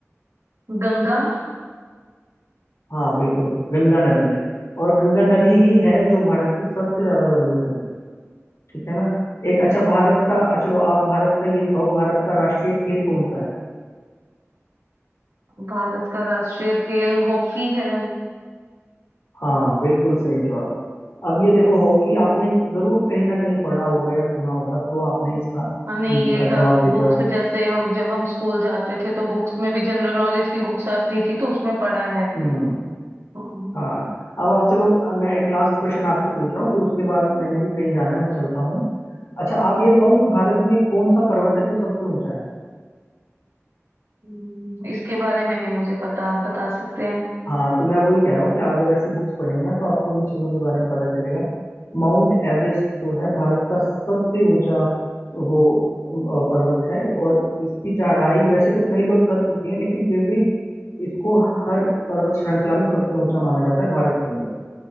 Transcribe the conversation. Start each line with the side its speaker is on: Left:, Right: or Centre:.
Right: गंगा
Left: हाँ बिल्कुल गंगा नदी है और गंगा नदी ही है जो भारत की सबसे ज्यादा लंबी नदी है ठीक है ना एक अच्छा भारत का आ, चलो आप भारत का ये बताओ भारत का राष्ट्रीय खेल कौन सा है
Right: भारत का राष्ट्रीय खेल हॉकी है
Left: हाँ बिल्कुल सही जवाब अब ये देखो हॉकी आपने जरूर कहीं ना कहीं पढ़ा होगा या सुना होगा तो आपने इसका अ,
Right: हाँ, नहीं ये का
Left: जवाब दे
Right: बुक
Left: पाए हो
Right: से जैसे हम जब हम स्कूल जाते थे तो बुक्स में भी जनरल नॉलेज की बुक्स आती थी तो उसमें पढ़ा है
Left: हम्म
Right: हम्म,
Left: हाँ अब आप चलो अब मैं एक लास्ट क्वेश्चन आपसे पूछ रहा हूँ फिर उसके बाद मैंने भी कहीं जाना है मैं चलता हूँ अच्छा आप ये बताओ कि भारत में कौन सा पर्वत है जो सबसे ऊंचा है
Right: हम्म, इसके बारे में नहीं मुझे पता आप बता सकते हैं
Left: हाँ तो मैं वही कह रहा हूँ कि आप जब ऐसी बुक्स पढ़ेंगे ना तो आपको इन चीज़ों के बारे में पता चलेगा माउंट एवरेस्ट जो है भारत का सबसे ऊंचा वो अ, पर्वत है और इसकी चढ़ाई वैसे तो कई लोग कर चुके हैं लेकिन फिर भी इसको हर पर्वत श्रृंखला में सबसे ऊंचा माना जाता है भारत के अंदर